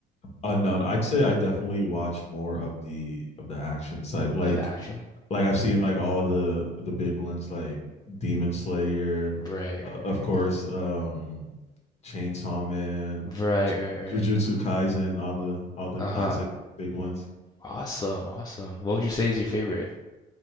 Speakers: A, on the left (about 40°); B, on the left (about 25°).
A: Uh no, no, I'd say I definitely watch more of the of the action side. Like
B: Of action?
A: like I've seen like all the the big ones like Demon Slayer,
B: Right,
A: uh,
B: right.
A: of course, um Chainsaw Man,
B: Right,
A: Ju-
B: right, right.
A: Jujutsu Kaisen, all the all the
B: Uh-huh.
A: classic big ones.
B: Awesome, awesome. What would you say is your favorite?